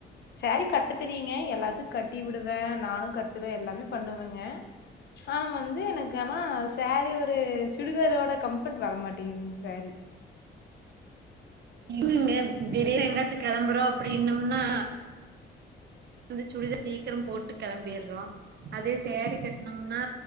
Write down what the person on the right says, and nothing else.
டுயுங்க திடீர் எங்காச்சும் கிளம்புறோம் அப்படி இனம்னா வந்து சுடிதார் சீக்கிரம் போட்டு கிளம்பிறோம் அதே சேரி கட்டனம்னா